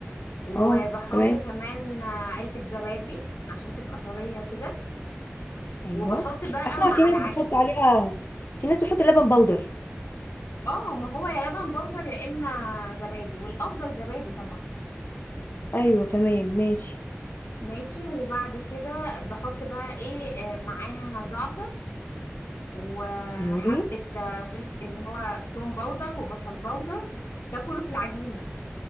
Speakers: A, on the left; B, on the left.
A: وبحط
B: اه تمام
A: كمان آه، علبة زبادي عشان تبقى طرية كده
B: ايوه
A: وبحط بقى
B: اسمع
A: مع
B: في ناس
A: العجين
B: بتحط عليها في ناس بتحط لبن باودر
A: اه ما هو يا لبن بودر يا اما زبادي والافضل زبادي طبعا
B: ايوه تمام ماشي
A: ماشي وبعد كده بحط بقى ايه آه، معاها زعتر وحبة
B: مم.
A: آه، فلف اللي هو توم باودر وبصل باودر ده كله في العجينة